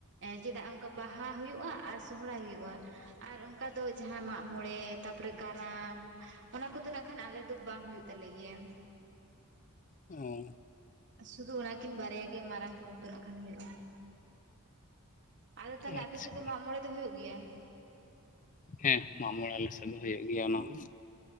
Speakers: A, on the right (about 55°); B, on the left (about 35°).
A: ᱪᱮᱫᱟᱜ ᱚᱱᱠᱟ ᱵᱟᱦᱟ ᱦᱩᱭᱩᱜᱼᱟ ᱟᱨ ᱥᱚᱦᱚᱨᱟᱭ ᱦᱩᱭᱩᱜᱼᱟ ᱾ ᱟᱨ ᱚᱱᱠᱟ ᱫᱚ ᱡᱟᱦᱟᱸ ᱢᱟᱜ ᱢᱚᱬᱮ ᱛᱟᱨᱯᱚᱨᱮ ᱠᱟᱨᱟᱢ ᱚᱱᱟ ᱠᱚᱫᱚ ᱱᱟᱜ ᱠᱷᱟᱱ ᱟᱞᱮ ᱫᱚ ᱵᱟᱝ ᱦᱩᱭᱩᱜ ᱛᱟᱞᱮ ᱜᱮᱭᱟ
B: ᱚ ᱾
A: ᱥᱩᱫᱷᱩ ᱚᱱᱟᱠᱤᱱ ᱵᱟᱨᱭᱟ ᱜᱮ ᱢᱟᱨᱟᱝ ᱯᱚᱨᱚᱵᱽ ᱫᱚ ᱱᱟᱜ ᱠᱷᱟᱱ ᱦᱩᱭᱩᱜᱼᱟ ᱾ ᱟᱫᱚ ᱛᱟᱦᱚᱞᱮ
B: ᱟᱪᱪᱷᱟ
A: ᱟᱯᱮᱥᱮᱫ ᱫᱚ ᱢᱟᱜᱽ ᱢᱚᱬᱮ ᱫᱚ ᱦᱩᱭᱩᱜ ᱜᱮᱭᱟ?
B: ᱦᱮᱸ ᱢᱟᱜ ᱢᱚᱬᱮ ᱟᱞᱮ ᱥᱮᱫ ᱫᱚ ᱦᱩᱭᱩᱜ ᱜᱮᱭᱟ ᱚᱱᱟ ᱦᱚᱸ ᱾